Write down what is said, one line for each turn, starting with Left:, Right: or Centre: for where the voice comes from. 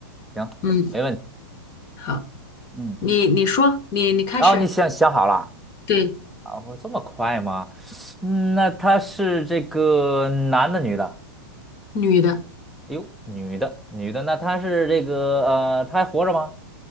Centre: 行，
Left: 嗯，
Centre: 没问题，
Left: 好，
Centre: 嗯，
Left: 你你说，你你开始，
Centre: 然后你想想好了。
Left: 对，
Centre: 哦，这么快吗？嗯，那他是这个男的，女的？
Left: 女的，
Centre: 哎呦，女的，女的，那他是这个呃，他还活着吗？